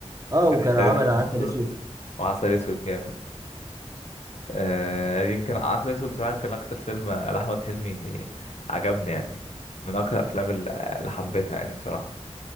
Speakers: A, on the right; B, on the left.
A: اه
B: يعني
A: وكان
B: تقريبا
A: عمل عسل اسود
B: وعسل اسود جامد آه يمكن عسل اسود بصراحة يمكن اكتر فيلم آه، لاحمد حلمي عجبني يعني من اكتر الافلام اللي اللي حبيتها يعني بصراحة